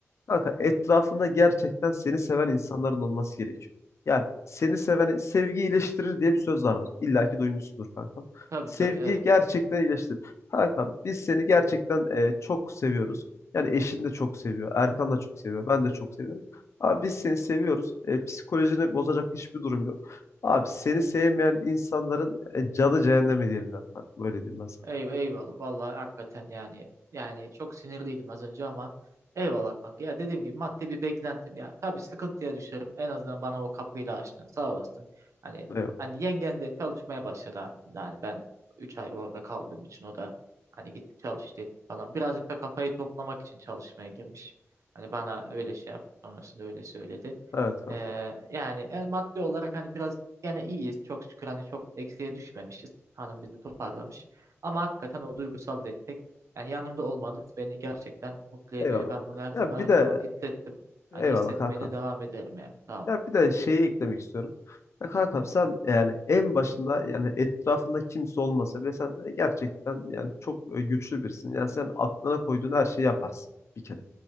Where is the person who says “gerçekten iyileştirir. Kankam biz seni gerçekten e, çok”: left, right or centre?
Left